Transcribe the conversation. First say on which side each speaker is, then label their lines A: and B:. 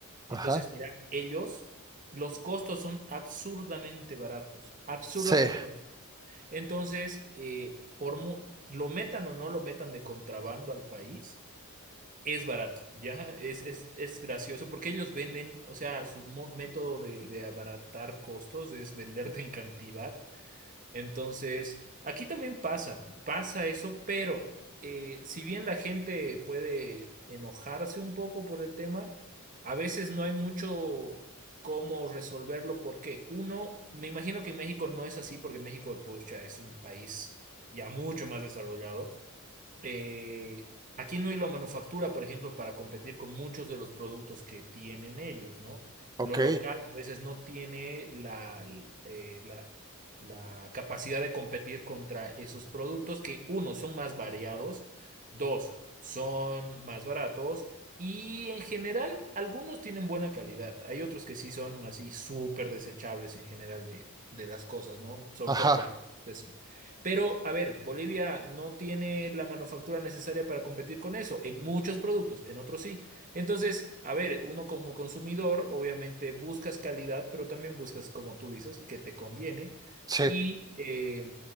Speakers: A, on the right; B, on the right.
A: Ajá.
B: Entonces, mira, ellos, los costos son absurdamente baratos, absurdamente
A: Sí,
B: baratos. Entonces, eh, por mu- lo metan o no lo metan de contrabando al país, es barato, ¿ya? Es, es, es gracioso porque ellos venden, o sea, su mo- método de, de abaratar costos es venderte en cantidad entonces, aquí también pasa, pasa eso, pero eh, si bien la gente puede enojarse un poco por el tema, a veces no hay mucho cómo resolverlo porque uno, me imagino que en México no es así porque México, pues, ya es un país ya mucho más desarrollado eh, aquí no hay la manufactura, por ejemplo, para competir con muchos de los productos que tienen ellos, ¿no?
A: ok.
B: Lo local a veces no tiene la, eh, la, la capacidad de competir contra esos productos que, uno, son más variados, dos, son más baratos. Y en general, algunos tienen buena calidad. Hay otros que sí son así súper desechables en general de, de las cosas, ¿no? Sobre
A: Ajá.
B: todo plásticos, sí. Pero, a ver, Bolivia no tiene la manufactura necesaria para competir con eso, en muchos productos, en otros sí. Entonces, a ver, uno como consumidor, obviamente buscas calidad, pero también buscas, como tú dices, que te conviene
A: Sí,
B: y, eh,